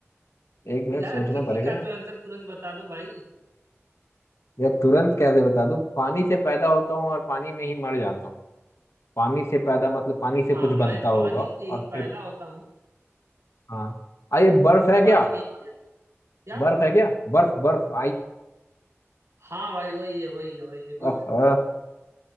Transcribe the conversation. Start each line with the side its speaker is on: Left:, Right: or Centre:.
Left: एक मिनट
Right: यार
Left: सोचना
Right: किसी
Left: पड़ेगा
Right: का तो आंसर तुरंत बता दो भाई
Left: यार तुरंत कैसे बता दूँ पानी से पैदा होता हूँ और पानी में ही मर जाता हूँ पानी से पैदा मतलब पानी से
Right: हाँ
Left: कुछ
Right: मैं
Left: बनता होगा
Right: पानी से
Left: और
Right: ही पैदा
Left: फिर
Right: होता हूँ
Left: हाँ आ ये बर्फ
Right: और
Left: है क्या
Right: पानी में ही मर जाता हूँ क्या
Left: बर्फ है क्या बर्फ बर्फ
Right: हाँ भाई वही है वही है वही है गुड
Left: आइस